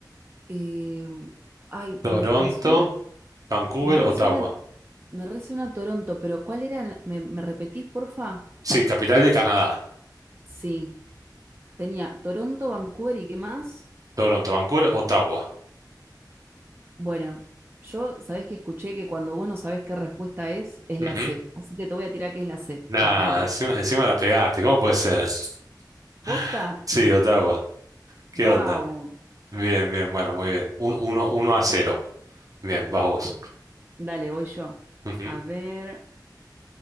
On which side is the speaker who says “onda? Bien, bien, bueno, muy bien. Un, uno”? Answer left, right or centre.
Right